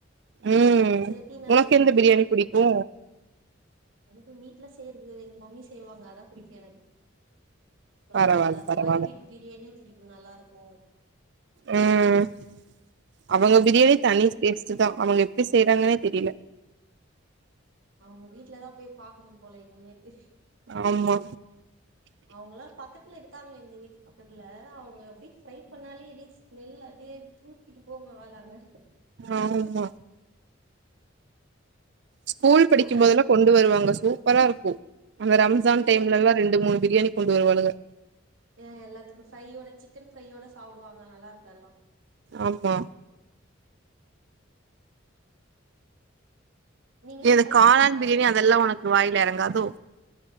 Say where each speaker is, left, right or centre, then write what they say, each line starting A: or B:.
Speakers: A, on the right (about 60°); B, on the right (about 80°).
A: ம்
B: செட்டி நாடு
A: உனக்கு
B: இருக்கு
A: எந்த பிரியாணி புடிக்கு
B: எனக்கு வீட்ல செய்றது எங்க மம்மி செய்வாங்க அதா புடிக்கு எனக்கு கொஞ்சோ
A: பரவால்ல
B: நல்லா
A: பரவால்ல
B: பாய் வீட்டு பிரியாணியு புடிக்கு நல்லாருக்கு
A: ம் அவளோ ப்ரியாணி
B: நல்லா
A: தனி டேஸ்ட்டு தா அவுங்க எப்டி செய்யறாங்கன்னே தெரியல
B: அவுங்க வீட்லதா போய் பாக்கணு போல இனிமேட்டு
A: ஆமா
B: அவுங்கல்லா பக்கத்துல இருக்காங்க எங்க வீட்டு பக்கத்துல அவுங்க அப்டி ஃப்ரை பண்ணாலே எப்டி ஸ்மெல் அப்டியே தூக்கிட்டு போவு ஆள அங்க
A: ஆமா ஸ்கூல் படிக்கும்போதெல்லா
B: ஏன்
A: கொண்டு வருவாங்க சூப்பராருக்கு அந்த ரம்சான்
B: ம்
A: டைம்ல எல்லா ரெண்டு மூணு பிரியாணி கொண்டு வருவாளுக
B: ஏ எல்லாத்துக்கு ஃப்ரையோட சிக்கன் ஃப்ரையோட சாப்டுவாங்க நல்லாருக்கு அதுல்லா
A: ஆமா
B: நீங்களு
A: எது
B: ப்ரை
A: காளான்
B: பண்ணி பாருங்களே
A: பிரியாணி அதெல்லா
B: ஒரு வாட்டி
A: உனக்கு வாயில எறங்காதோ